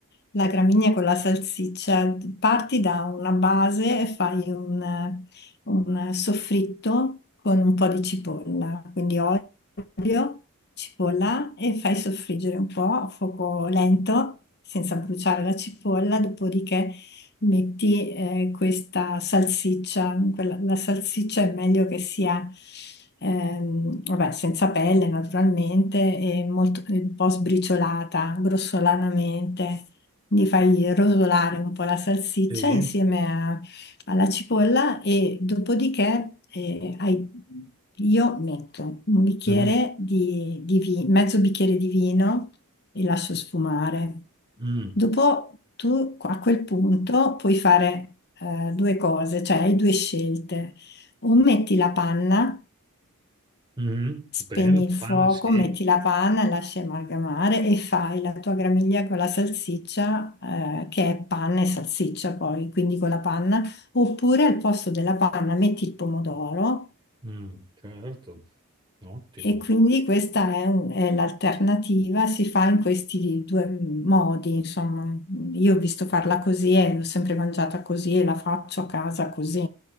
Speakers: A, on the left; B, on the right.
A: la gramigna con la salsiccia, parti da una base e fai un, un soffritto con un po' di cipolla, quindi olio, cipolla e fai soffriggere un po' a fuoco lento, senza bruciare la cipolla, dopodiché metti eh, questa salsiccia, quella- la salsiccia è meglio che sia ehm, vabbè, senza pelle naturalmente e molto- un po' sbriciolata, grossolanamente. Quindi fai rosolare un po' la salsiccia
B: Sì.
A: insieme a- alla cipolla e dopodiché eh, hai- io metto un bicchiere
B: Mhm.
A: di, di vi- mezzo bicchiere di vino e lascio sfumare.
B: Mm.
A: Dopo tu a quel punto puoi fare eh, due cose, cioè hai due scelte. O metti la panna,
B: Mhm.
A: spegni
B: Bene, la
A: il fuoco,
B: panna sì.
A: metti la panna, lasci amalgamare e fai la tua gramiglia con la salsiccia, eh, che è panna e salsiccia poi, quindi con la panna. Oppure al posto della panna metti il pomodoro
B: Mm, certo, ottimo.
A: E quindi questa è, è l'alternativa, si fa in questi due modi, insomma. Io ho visto farla così e l'ho sempre mangiata così e la faccio a casa così.